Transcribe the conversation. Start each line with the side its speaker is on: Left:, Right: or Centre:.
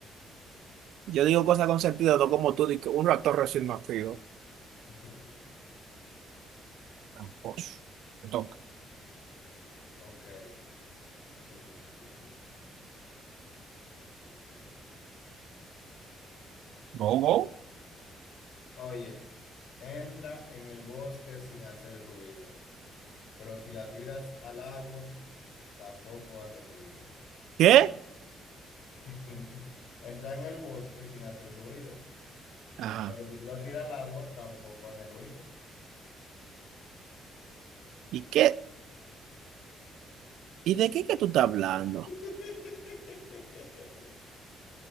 Right: Yo digo cosas con sentido, no como tú, di que un ratón recién nacido.
Left: <laughs>
Right: Tramposo. Te toca.
Left: Ok. <laughs> Sí, sí, sí, sí, sí, sí. Uy.
Right: Go, go.
Left: Oye, entra en el bosque sin hacer ruido, pero si la tiras al agua, tampoco hace ruido.
Right: ¿Qué?
Left: <laughs> Entra en el bosque sin hacer ruido,
Right: Ajá.
Left: pero si tú la tiras al agua, tampoco hace ruido.
Right: ¿Y qué? ¿Y de qué que tú estás hablando?
Left: <laughs>